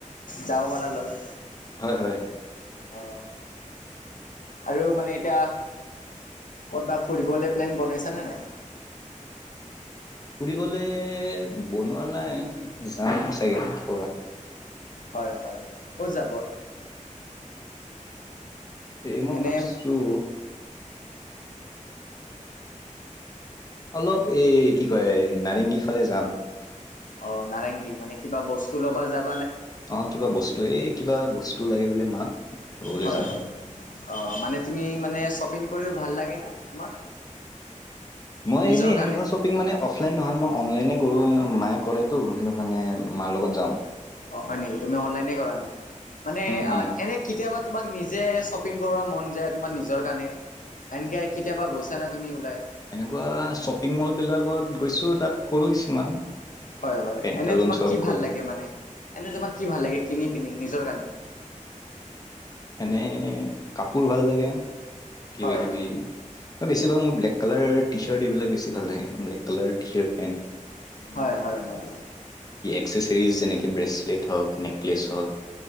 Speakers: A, on the left; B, on the left.
A: যাব পাৰা লয়
B: হয় হয়
A: অ আৰু মানে এতিয়া ক'ৰবাত ফুৰিবলৈ প্লেন বনাইছানে নাই <inaudible>
B: ফুৰিবলে বনোৱা নাই যাম চাগে খোৱা
A: হয় হয় ক'ত যাব
B: এইেয়ে মই
A: এনে
B: ভাবছোঁ অলপ এই কি কয় নাৰেংগীৰ ফালে যাম
A: অ নাৰেংগী মানে কিবা বস্তু ল'বা যাব
B: অ কিবা বস্তু এই কিবা বস্তু লাগে বোলে মাক লবলৈ
A: হয়
B: যাাম
A: হয় অ মানে তুমি মানে শ্বপিং কৰিও ভাল লাগে ন তোমাক
B: মই
A: নিজৰ
B: এনেইনেুৱা
A: কাৰণে
B: শ্বপিং মানে অফলাইন নহয় মইল কৰো মায়ে কৰেতো সেইটো মানে মাৰ লগত যাওঁ
A: অ হয় নেকি তুমি অনলাইনে কৰা নেকি মানে
B: উম উম
A: এনে কেতিয়াবা তোমাক নিজে শ্বপিং কৰবা মন যায় তোমাৰ নিজৰ কাৰণে এনকে কেতিয়াবা গৈছা নে তুমি ওলাই
B: এনেকুৱা শ্বপিং মল বিলাকত গৈছো তাত কৰো কিছুমান
A: হয় হয়
B: পেণ্টালুনচ
A: এনে তোমাক
B: হওক
A: কি ভাল
B: ক'ৰবাত
A: লাগে মানে এনে তোমাক কি ভাল লাগে কিনি পিনি নিজৰ কাৰণে
B: এনে কাপোৰ ভাল লাগে কিবা
A: হয়
B: কিবি বেছ ভ মই ব্লেক কালাৰ টি ছাৰ্ট এইবাক বেছি ভাল লাগে black colour T shirt pant
A: হয় হয় হয়।
B: এক্সেচেৰিজ যেনেকৈ ব্ৰেচলেট হওক নেকলেছ হওক